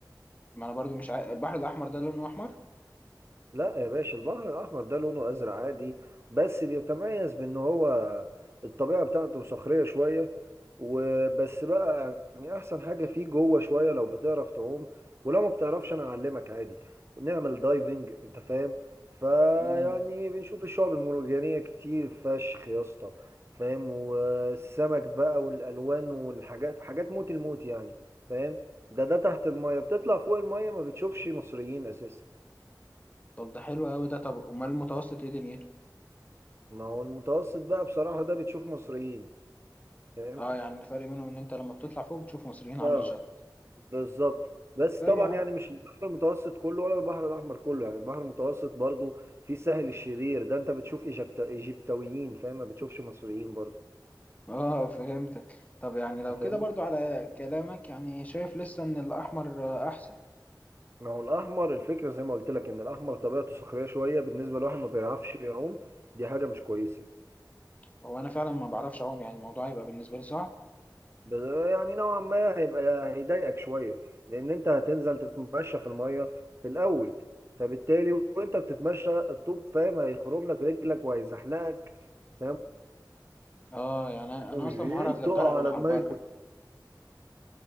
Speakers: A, on the left (about 20°); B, on the right (about 35°).
A: ما انا برضو مش عارف البحر الاحمر ده لونه احمر
B: لا يا باشا البحر الأحمر ده لونه أزرق عادي بس بيتميز بأن هو الطبيعة بتاعته صخرية شوية وبس بقى يعني أحسن حاجة فيه جوه شوية لو بتعرف تعوم ولو ما بتعرفش أنا أعلمك عادي ونعمل دايفنج أنت فاهم فيعني
A: امم
B: بنشوف الشعب المرجانية كتير فشخ يا اسطى فاهم والسمك بقى والألوان والحاجات حاجات موت الموت يعني فاهم ده ده تحت المية بتطلع فوق المية ما بتشوفش مصريين أساسا
A: طب ده حلو قوي ده طب امال المتوسط ايه دنيته
B: ما هو المتوسط بقى بصراحة ده بتشوف مصريين فاهم
A: اه يعني الفرق بينهم ان انت لما بتطلع فوق بتشوف مصريين على
B: اه
A: الشط
B: بالظبط بس
A: طيب
B: طبعا
A: يا عم
B: يعني مش البحر المتوسط كله ولا البحر الأحمر كله يعني البحر المتوسط برضو في سهل الشرير ده انت بتشوف إيجبت- ايجيبتويين فاهم ما بتشوفش مصريين برضو
A: اه فهمتك طب يعني لو
B: انت
A: كده
B: فاهمني
A: برضو على كلامك يعني شايف لسه ان الاحمر آه، احسن
B: ما هو الأحمر الفكرة زي ما قلت لك ان الأحمر طبيعته صخرية شوية بالنسبة لواحد ما بيعرفش يعوم دي حاجة مش كويسة
A: هو انا فعلا ما بعرفش اعوم يعني الموضوع هيبقى بالنسبة لي صعب
B: ب- يعني نوعا ما هيبقى هيضايقك شوية لأن أنت هتنزل تتمشى في المية في الأول فبالتالي وأنت بتتمشى الطوب فاهم هيخرم لك رجلك وهيزحلقك فاهم
A: اه يعني انا أنا
B: ومش
A: اصلا
B: بعيد
A: معرض للغرق
B: تقع
A: وانا
B: على
A: على
B: دماغك
A: البر